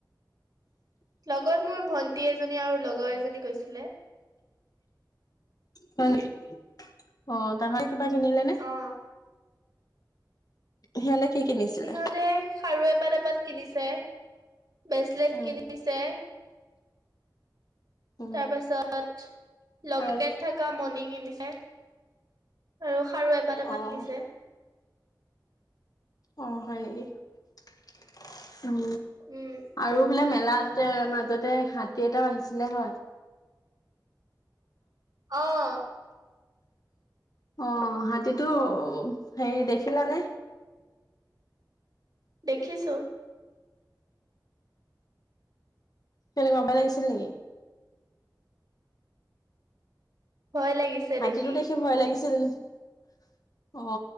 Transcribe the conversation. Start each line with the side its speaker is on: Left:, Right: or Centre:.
Right: লগত মোৰ ভন্টী এজনী আৰু লগৰ এজনী গৈছিলে।
Left: হয় নেকি। অ' তাহয় কিবা কিনিলে নে?
Right: অ
Left: সেয়া নে কি? কিনিছিলে?
Right: সিহঁতে খাৰু এপাত পাত কিনিছে বেছলেট
Left: উম
Right: কিনিছে
Left: উম।
Right: তাৰপাছত লকেট
Left: আৰু
Right: থকা মণি কিনিছে আৰু খাৰু এপাত এপাত
Left: অ'
Right: দিছে
Left: অ' হয় <inaudible> উম
Right: উম
Left: আৰু বোলে মেলাত মাজতে হাতী এটাও আহিছিলে হয়
Right: অঁ
Left: অ হাতীটো হে দেখিলানে
Right: দেখিছো
Left: কেনেকে বেয়া লাগিছিল নেকি
Right: ভয় লাগিছে
Left: হাতীটো
Right: দেখি
Left: ভয় লাগিছিল অ